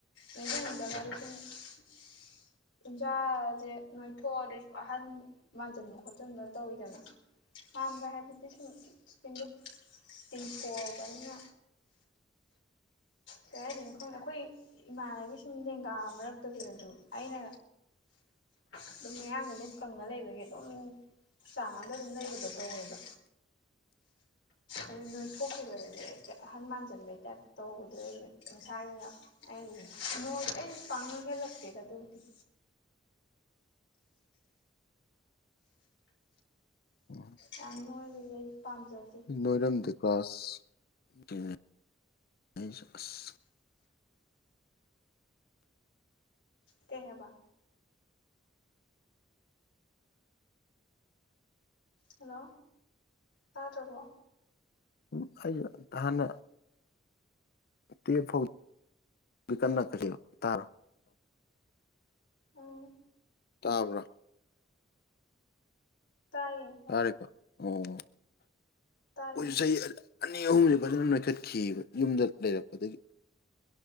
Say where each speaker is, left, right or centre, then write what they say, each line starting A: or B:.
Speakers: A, on the left; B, on the left.
A: ꯅꯣꯏꯖꯅꯤꯡꯗꯕ ꯍꯥꯏꯗꯤ ꯁꯨꯝ ꯎꯟꯖꯥꯁꯦ ꯅꯣꯏꯊꯣꯛꯑꯗꯤ ꯁꯨꯝ ꯑꯍꯟ ꯃꯥꯟꯖꯟꯕ ꯈꯣꯠꯖꯤꯟꯕ ꯇꯧꯋꯤꯗꯅ ꯃꯥꯟꯅꯕ ꯍꯥꯏꯕꯗꯤ ꯁꯨꯝ ꯁ꯭ꯀꯤꯟꯗꯨ ꯇꯤꯡꯊꯣꯛꯑꯕꯅꯤꯅ ꯀꯩ ꯍꯥꯏꯗꯣꯏꯅꯣ ꯈꯪꯗꯦ ꯑꯩꯈꯣꯏ ꯏꯃꯥꯟꯅꯕꯤ ꯁꯨꯝ ꯂꯦꯡꯒꯥ ꯃꯔꯛꯇꯁꯨ ꯑꯗꯨꯝ ꯑꯩꯅ ꯑꯗꯨꯝ ꯃꯌꯥꯡ ꯑꯗꯨꯝ ꯀꯪꯉ ꯂꯩꯕꯒꯤ ꯑꯗꯨꯝ ꯆꯥꯡ ꯑꯝꯗ ꯑꯗꯨꯝ ꯂꯩꯕꯗꯣ ꯇꯧꯋꯦꯕ ꯑꯗꯨ ꯅꯣꯏꯊꯣꯛꯈꯤꯕꯗꯤ ꯍꯦꯛꯇ ꯑꯍꯟ ꯃꯥꯟꯖꯟꯕꯩ ꯇꯥꯏꯞꯇ ꯇꯧꯕꯗꯨ ꯑꯩꯒꯤꯅ ꯃꯁꯥꯒꯤ ꯑꯣꯏꯅ ꯑꯩ ꯅꯣꯏ ꯑꯩ ꯄꯥꯛꯅ ꯅꯣꯏꯒꯠꯂꯛꯇꯦꯗ ꯑꯗꯨꯕꯨꯗꯤ
B: ꯑꯣ
A: ꯌꯥꯝꯅ ꯅꯣꯏꯕꯗꯤ ꯑꯩ ꯄꯥꯝꯖꯗꯦ
B: ꯅꯣꯏꯔꯣꯝꯗ ꯀ꯭ꯂꯥꯁ <unintelligible> ꯑꯩ ꯑꯁ
A: ꯀꯩ ꯍꯥꯏꯕ ꯍꯜꯂꯣ ꯇꯥꯗ꯭ꯔꯕꯣ
B: ꯎꯝ ꯑꯩꯁꯨ ꯍꯥꯟꯅ ꯇꯨꯌꯦꯐꯥꯎ ꯀꯟꯅ <unintelligible> ꯀꯔꯤ ꯇꯥꯕ꯭ꯔꯥ
A: ꯎꯝ
B: ꯇꯥꯕ꯭ꯔꯥ
A: ꯇꯥꯏꯌꯦ ꯍꯥꯏꯔꯛꯑꯣ
B: ꯇꯥꯔꯦꯀꯣ ꯑꯣ ꯑꯩꯈꯣꯏ
A: ꯇꯥꯔꯦ
B: ꯆꯍꯤ ꯑꯅꯤ ꯑꯍꯨꯝꯁꯦ ꯐꯖꯅ ꯅꯣꯏꯈꯠꯈꯤꯕ ꯌꯨꯝꯗ ꯂꯩꯔꯛꯄꯗꯒꯤ